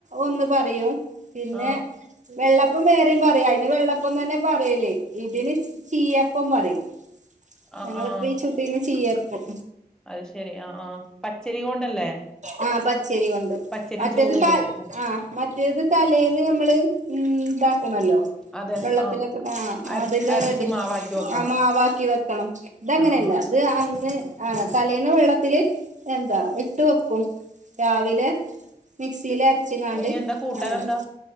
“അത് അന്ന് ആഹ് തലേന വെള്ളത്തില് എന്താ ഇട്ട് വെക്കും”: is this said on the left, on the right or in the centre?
Right